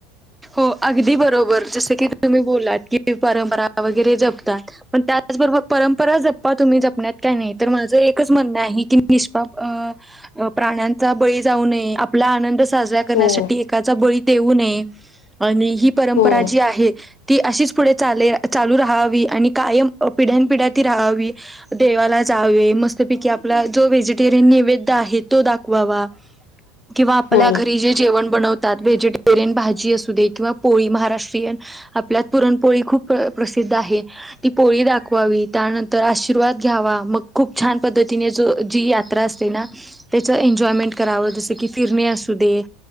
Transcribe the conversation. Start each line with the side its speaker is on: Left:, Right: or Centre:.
Centre: हो अगदी बरोबर जस की तुम्ही बोलात की परंपरा वगैरे जपतात पण त्याचबरोबर परंपरा जपा तुम्ही जपण्यात का नाही तर माझं एकच म्हणं आहे की निष्पाप प्राण्यांचा बळी जाऊ नये आपला आनंद साजरा करण्यासाठी
Left: हो
Centre: एकाचा बळी देऊ नये आणि ही परंपरा
Left: हो
Centre: जी आहे ती अशीच पुढे चाले चालू राहावी आणि कायम पिढ्यान पिढ्या ती राहावी देवाला मस्त पैकी आपला जो वेजी टेरियन नैवेद्य आहे तो दाखवावा किंवा आपल्या
Left: हो.
Centre: घरी जे जेवण बनवतात व्हेजिटेरियन भाजी असू दे किंवा पोळी महाराष्ट्रीयन आपल्यात पुरणपोळी खूप प्रसिद्ध आहे ती पोळी दाखवावी त्या नंतर आशिर्वाद घ्यावा मग खूप छान पद्धतीने जी यात्रा असते ना त्याच एन्जॉयमेंट करावं जसं की फिरणे असू दे